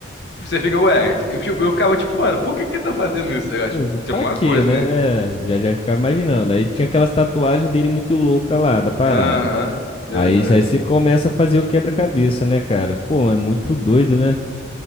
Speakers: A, on the left (about 60°); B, on the left (about 30°).
A: Tipo, você fica, ué, eu, tipo, eu ficava tipo, mano, por que que tá fazendo isso? Sei lá,
B: Eu
A: tipo,
B: digo,
A: tem
B: pra
A: alguma
B: quê,
A: coisa,
B: né?
A: né?
B: É, já já ficava imaginando. Aí tinha aquelas tatuagens dele muito louca lá, da parada.
A: Aham, verdade.
B: Aí, aí você começa a fazer o quebra-cabeça, né, cara? Pô, é muito doido, né?